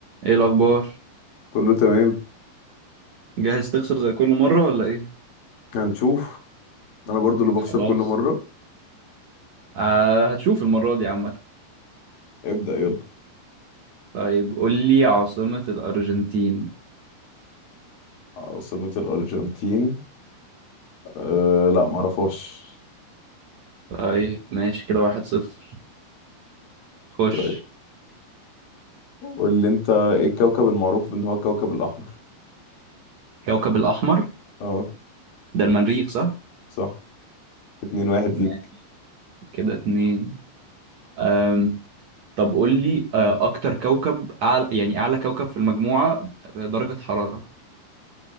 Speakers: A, on the right; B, on the left.
A: ايه الاخبار
B: كله تمام
A: جاهز تخسر زي كل مره ولا ايه
B: هنشوف انا برضو اللي بخسر
A: خلاص
B: كل مرة
A: آه هتشوف المره دي عامه
B: ابدأ يلا
A: طيب قول لي عاصمه الارجنتين
B: عاصمة الأرجنتين أه لا معرفهاش
A: طيب ماشي كده واحد صفر خش
B: طيب قول لي انت ايه الكوكب المعروف ان هو الكوكب الأحمر
A: كوكب الاحمر
B: اه
A: ده المريخ صح
B: صح اتنين واحد
A: ماشي
B: ليك
A: كده اتنين أم. طب قول لي آه اكتر كوكب أعلى يعني اعلى كوكب في المجموعه درجه حراره